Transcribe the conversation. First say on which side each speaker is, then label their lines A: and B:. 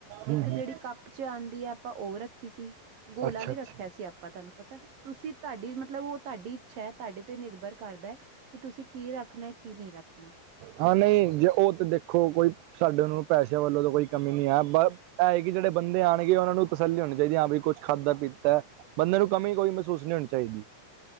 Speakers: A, on the right; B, on the right.
A: ਹੂੰ
B: ਇੱਕ
A: ਹੂੰ
B: ਜਿਹੜੀ ਕੱਪ- ਚਾਂਦੀ ਆ ਆਪਾਂ ਉਹ ਰੱਖੀ ਸੀ ਗੋਲਾ
A: ਅੱਛਾ
B: ਵੀ
A: ਅੱਛਾ
B: ਰੱਖਿਆ ਸੀ ਆਪਾਂ ਤੁਹਾਨੂੰ ਪਤਾ- ਤੁਸੀਂ ਤੁਹਾਡੀ ਮਤਲਬ ਉਹ ਤੁਹਾਡੀ ਇੱਛਾ ਹੈ ਤੁਹਾਡੇ ਤੇ ਨਿਰਭਰ ਕਰਦਾ ਹੈ - ਕਿ ਤੁਸੀਂ ਕੀ ਰੱਖਣਾ ਕੀ ਨਹੀਂ ਰੱਖਣਾ-
A: ਹਾਂ ਨਹੀਂ ਜੇ ਉਹ ਤਾਂ ਦੇਖੋ ਕੋਈ ਸਾਡੇ ਨੂੰ ਪੈਸਿਆਂ ਵੱਲੋਂ ਤਾਂ ਕੋਈ ਕਮੀ ਨਹੀਂ ਹੈ- ਇਹ ਕਿ ਜਿਹੜੇ ਬੰਦੇ ਆਉਣਗੇ ਉਹਨਾਂ ਨੂੰ ਤਸੱਲੀ ਹੋਣੀ ਚਾਹੀਦੀ ਹਾਂ ਵੀ ਕੁਛ ਖਾਧਾ ਪੀਤਾ- ਬੰਦੇ ਨੂੰ ਕਮੀ ਕੋਈ ਮਹਿਸੂਸ ਨਹੀਂ ਹੋਣੀ ਚਾਹੀਦੀ-